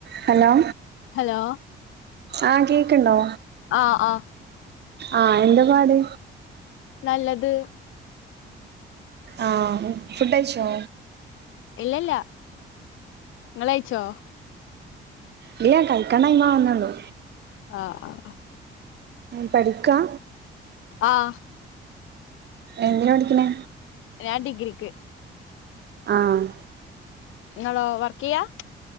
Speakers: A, on the right; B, on the left.
A: ഹലോ
B: ഹലോ
A: ആഹ കേക്ക്ണ്ടോ?
B: ആഹ് ആഹ്
A: ആഹ എന്ത പാട്?
B: നല്ലത്.
A: ആ ഫുടൈച്ചോ?
B: ല്ല ല്ല നിങ്ങളയച്ചോ?
A: ഇല്ല കഴിക്കാൻടൈമാവുന്നള്ളു.
B: ആഹ് ആഹ്
A: പഠിക്കാ?
B: ആഹ്
A: എന്തിന പഠിക്കണെ?
B: ഞാൻ ഡിഗ്രിക്ക്.
A: ആഹ്
B: ങ്ങാളോ വർക്ക് യ്യാ?